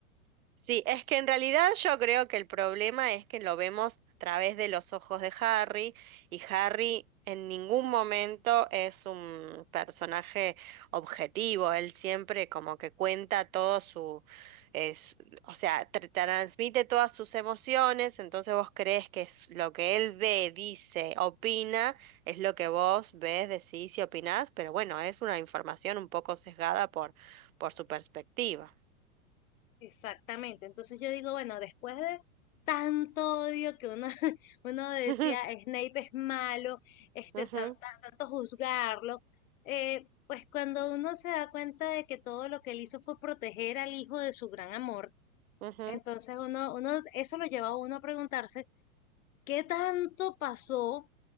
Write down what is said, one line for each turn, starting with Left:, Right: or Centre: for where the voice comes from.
Right: Sí, es que en realidad yo creo que el problema es que lo vemos a través de los ojos de Harry y Harry en ningún momento es un personaje objetivo, él siempre como que cuenta todo su, es- o sea, tr- transmite todas sus emociones, entonces vos crees que es lo que él ve, dice, opina, es lo que vos ves, decís y opinás, pero bueno, es una información un poco sesgada por, por su perspectiva.
Left: Exactamente. Entonces yo digo, bueno, después de tanto odio que uno, <laughs> uno decía
Right: <laughs>
Left: Snape es malo, este,
Right: Ujú.
Left: tan- tan- tanto juzgarlo, eh, pues cuando uno se da cuenta de que todo lo que él hizo fue proteger al hijo de su gran amor,
Right: Ujú,
Left: entonces uno, uno, eso lo lleva a uno a preguntarse, ¿qué tanto pasó?